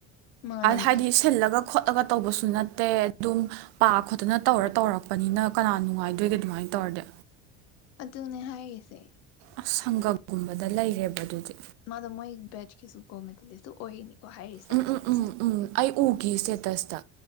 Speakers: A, on the left (about 50°); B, on the right (about 70°).
A: ꯃꯥꯅꯦ ꯃꯥꯅꯦ
B: ꯍꯥꯏꯗꯤ ꯁꯤꯜꯂꯒ ꯈꯣꯠꯂꯒ ꯇꯧꯕꯁꯨ ꯅꯠꯇꯦ ꯑꯗꯨꯝ ꯄꯥ ꯈꯣꯠꯇꯅ ꯇꯧꯔ ꯇꯧꯔꯛꯄꯅꯤꯅ ꯀꯅꯥ ꯅꯨꯡꯉꯥꯏꯗꯣꯏꯒꯦ ꯑꯗꯨꯃꯥꯏꯅ ꯇꯧꯔꯗꯤ
A: ꯑꯗꯨꯅꯦ ꯍꯥꯏꯔꯤꯁꯦ
B: ꯑꯁ ꯁꯪꯒꯒꯨꯝꯕꯗ ꯂꯩꯔꯦꯕ ꯑꯗꯨꯗꯤ
A: ꯃꯗꯣ ꯃꯥꯏ ꯕꯦꯠꯆ ꯀꯤꯁꯨ ꯒꯣꯜ ꯃꯦꯗꯥꯂꯤꯁꯇ꯭ꯣ ꯑꯣꯏꯅꯤ ꯀꯣ ꯍꯥꯏꯔꯤꯁꯦ
B: ꯎꯝ ꯎꯝ ꯎꯝ ꯎꯝ ꯑꯩ ꯎꯈꯤ ꯏꯁꯇꯦꯇꯁꯇ